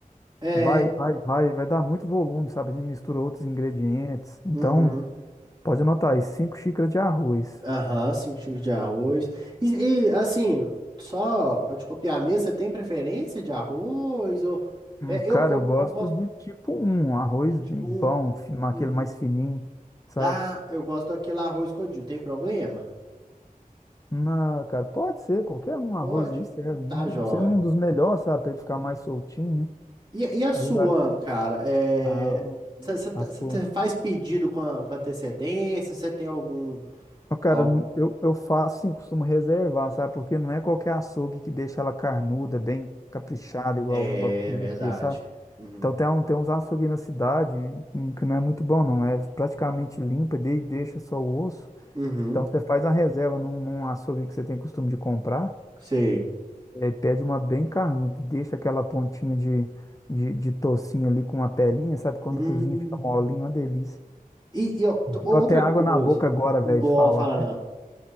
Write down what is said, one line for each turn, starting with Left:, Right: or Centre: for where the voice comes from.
Right: É,
Left: vai, vai, vai, vai dar muito volume, sabe? A gente mistura outros ingredientes. Então,
Right: uhum.
Left: pode anotar aí, cinco xícaras de arroz.
Right: Aham, cinco xícaras de arroz. E, e, assim, só pra te copiar mesmo, você tem preferência de arroz? Ou...
Left: Hum,
Right: É,
Left: cara,
Right: eu, eu,
Left: eu gosto
Right: eu gosto
Left: de tipo um um arroz
Right: do tipo
Left: bem bom,
Right: um.
Left: fi- aquele
Right: Uhum.
Left: mais fininho, sabe?
Right: Ah, eu gosto daquele arroz codil. Tem problema?
Left: Não, cara, pode ser, qualquer um arroz
Right: Pode?
Left: aí serve. Hum,
Right: Tá, jóia.
Left: Sendo um dos melhores, sabe? Pra
Right: Uhum.
Left: ele ficar mais soltinho, né?
Right: E, e a sua,
Left: Aí vai.
Right: cara? É...
Left: Ah,
Right: Você
Left: assou.
Right: faz pedido com, a- com antecedência? Você tem algum,
Left: Ó, Cara,
Right: algum.
Left: n- eu, eu faço sim, costumo reservar, sabe? Porque não é qualquer açougue que deixa ela carnuda, bem caprichada, igual
Right: É
Left: igual precisa
Right: verdade.
Left: ser, sabe?
Right: Uhum.
Left: Então tem, um, tem uns açougues na cidade em que não é muito bom, não. É praticamente limpa, de, deixa só o osso.
Right: Uhum.
Left: Então você faz a reserva num, num açougue que você tem costume de comprar,
Right: Sei.
Left: é, pede uma bem carnuda, deixa aquela pontinha de, de, de tocinho ali com uma pelinha, sabe? Quando
Right: Hum.
Left: cozinha fica molinho, uma delícia.
Right: E, e ó,
Left: Deu
Right: d- outra
Left: até água
Right: coisa.
Left: na boca agora,
Right: Não,
Left: velho, de falar.
Right: fala não.